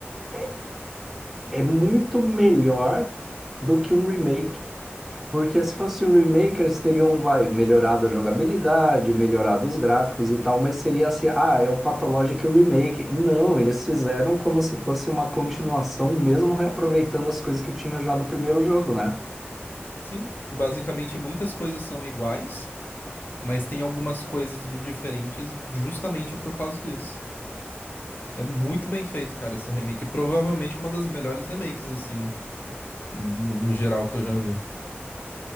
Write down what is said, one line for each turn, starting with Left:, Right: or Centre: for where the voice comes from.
Centre: é, é muito melhor do que um remake, porque se fosse um remake, eles teriam, vai, melhorado a jogabilidade, melhorado os gráficos e tal, mas seria assim, ah, é o Pathologic Remake. Não, eles fizeram como se fosse uma continuação, mesmo reaproveitando as coisas que tinha já no primeiro jogo, né?
Left: Sim, basicamente muitas coisas são iguais, mas tem algumas coisas de diferentes justamente por causa disso. É muito bem feito, cara, essa remake. Provavelmente uma das melhores remakes, assim, no, no geral que eu já vi.